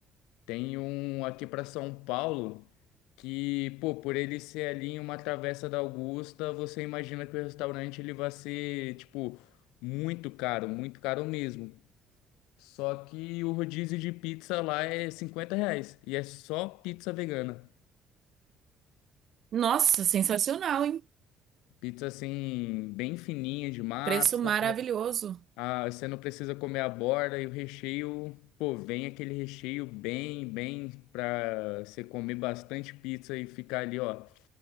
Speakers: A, on the left (about 65°); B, on the right (about 50°).
A: Tem um aqui para São Paulo que, pô, por ele ser ali em uma travessa da Augusta, você imagina que o restaurante ele vai ser, tipo, muito caro, muito caro mesmo. Só que o rodízio de pizza lá é 50 reais. E é só pizza vegana.
B: Nossa, sensacional, hein?
A: Pizza assim, bem fininha de massa.
B: Preço maravilhoso.
A: Ah, você não precisa comer a borda e o recheio. Pô, vem aquele recheio bem, bem pra você comer bastante pizza e ficar ali, ó,